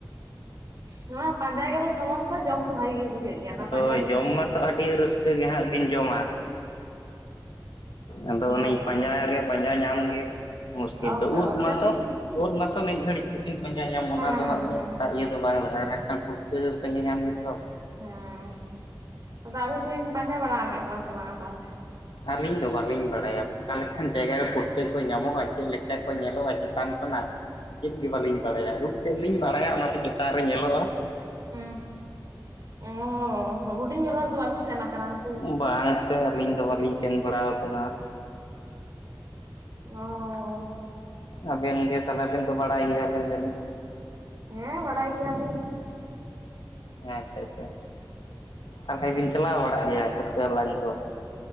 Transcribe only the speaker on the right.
ᱱᱚᱣᱟ ᱯᱟᱸᱡᱟ ᱜᱮᱫᱚ ᱥᱚᱢᱚᱥᱥᱟ, ᱡᱚᱢ ᱫᱚ ᱵᱷᱟ. ᱜᱤ ᱜᱮ ᱵᱩᱡᱷᱟᱹᱜ ᱜᱮᱭᱟ ᱚᱱᱟ
ᱯᱟᱸᱡᱟ
ᱜᱮᱛᱚ ᱾
ᱦᱮᱸ
ᱚᱥᱮ
ᱚᱥᱮᱱ
ᱦᱮᱸ
ᱦᱮᱸ
ᱦᱮᱸᱻ, ᱟᱫᱚ ᱟᱹᱵᱤᱱ ᱫᱚ ᱵᱤᱱ ᱯᱟᱸᱡᱟ ᱵᱟᱲᱟ ᱟᱠᱟᱫ ᱠᱚᱣᱟ ᱥᱮ ᱵᱟᱝᱟ ᱛᱟᱦᱚᱞᱮ?
ᱦᱩᱸ ᱚᱻ ᱦᱩᱰᱤᱧ ᱵᱮᱞᱟ ᱨᱮᱫᱚ ᱵᱟᱹᱵᱤᱱ ᱥᱮᱱ ᱟᱠᱟᱱᱟ ᱩᱱᱠᱩ?
ᱚᱻ ᱾
ᱦᱮᱸ ᱵᱟᱲᱟᱭ ᱜᱮᱭᱟᱞᱤᱧ ᱾